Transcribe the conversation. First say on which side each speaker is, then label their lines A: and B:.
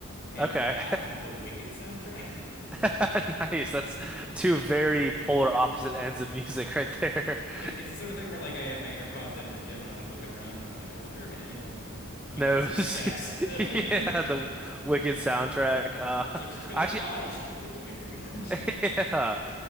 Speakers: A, on the left; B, in the centre.
A: and
B: Okay,
A: half the Wicked soundtrack. <laughs>
B: <laughs> nice. That's two very polar opposite ends of music right there.
A: It's
B: <laughs>
A: it's the sort of thing where like I have my AirPods in in the gym and I'm like looking around and I'm like I wonder if anyone even
B: No,
A: suspects
B: <laughs> yeah,
A: <laughs> that I'm like
B: the Wicked soundtrack. Uh,
A: it's like she's gonna
B: actually,
A: fly. She can do anything. <laughs> she.
B: <laughs> yeah,